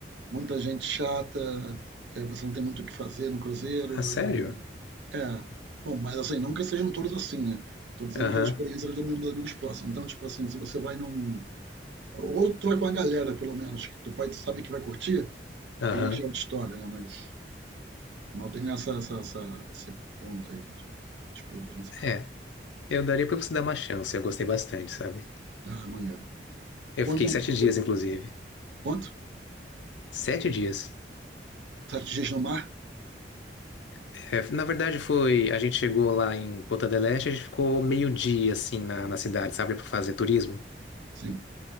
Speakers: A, on the right (about 80°); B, on the left (about 85°).
A: muita gente chata, é, você não tem muito o que fazer no cruzeiro
B: Ah, sério?
A: é. Bom, mas assim, não que sejam todos assim, né. Tô dizendo
B: Aham,
A: que as experiências dos meus amigos próximos. Então, tipo assim, se você vai num ou tu vai com a galera pelo menos, que tu vai tu sabe que vai curtir, aí
B: aham.
A: já é outra história, né, mas não tem essa essa essa esse contra aí de de cruzeiros nessa pegada.
B: É, eu daria pra você dar uma chance, eu gostei bastante, sabe?
A: Ah, maneiro.
B: Eu
A: Quanto
B: fiquei
A: tempo
B: sete
A: tu ficou
B: dias, inclusive.
A: quanto?
B: Sete dias.
A: 7 dias no mar?
B: É, na verdade, foi. A gente chegou lá em Ponta del Este, a gente ficou meio-dia, assim, na, na cidade, sabe, pra fazer turismo.
A: Sim,